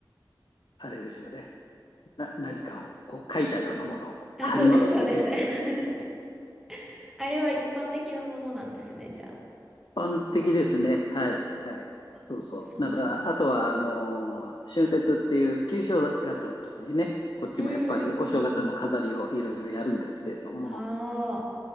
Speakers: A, on the left; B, in the centre.
A: あれですよね。な、何かをこう書いたようなものを貼りますよね。
B: あ、そうです、そうです。<laughs> あれは一般的なものなんですね、じゃ
A: 般的ですね。はい。はい。
B: あ。
A: そうそう。
B: あ、そうなんだ。
A: だから、あとは、あのー春節っていう旧正月の時にね、こっちもやっぱりお正月の飾りをいろいろやるんですけれども、
B: うんうんうんうん。ああ、